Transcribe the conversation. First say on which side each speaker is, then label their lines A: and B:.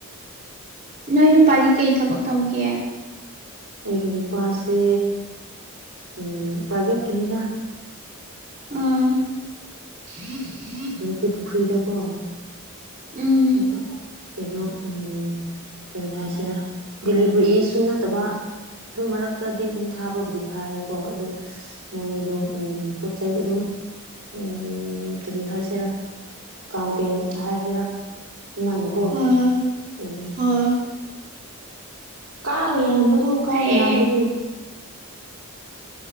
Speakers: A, on the right (about 35°); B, on the right (about 65°).
A: ꯅꯣꯏ ꯅꯨꯄꯥꯗꯤ ꯀꯩ ꯊꯕꯛ ꯇꯧꯒꯦ
B: ꯑꯩꯒꯤ ꯅꯨꯄꯥꯁꯦ ꯎꯝ ꯄ꯭ꯔꯥꯏꯚꯦꯠꯀꯤꯅꯤꯗ
A: ꯑꯥ <unintelligible>
B: ꯃꯟꯇ꯭ꯔꯤ ꯄꯨꯈ꯭ꯔꯤꯗꯀꯣ
A: ꯎꯝ
B: ꯀꯩꯕ ꯀꯩꯅꯣ ꯎꯝ ꯀꯔꯤ ꯍꯥꯏꯁꯤꯔꯥ ꯗꯤꯂꯤꯕꯔꯤꯁꯨ ꯅꯠꯇꯕ ꯑꯗꯨꯝ ꯃꯔꯛꯇꯗꯤ ꯑꯗꯨꯝ ꯊꯥꯕꯕꯨꯗꯤ ꯊꯥꯏꯌꯦꯀꯣ ꯑꯗꯨ <unintelligible> ꯃꯣꯏꯗꯣ ꯎꯝ ꯄꯣꯠ ꯆꯩ ꯑꯗꯨꯝ ꯎꯝ ꯀꯔꯤ ꯍꯥꯏꯁꯤꯔꯥ ꯑꯦꯀꯥꯎꯟꯇꯦꯟ ꯍꯥꯏꯒꯦꯔꯥ ꯑꯗꯨꯃꯥꯢꯅꯀꯣ
A: ꯑꯥ
B: ꯂꯩꯌꯦ
A: ꯑꯥ
B: ꯀꯥꯡ ꯌꯥꯝꯕꯗꯨ ꯀꯥꯡ
A: ꯐꯩꯌꯦ
B: ꯌꯥꯝꯕꯗꯨ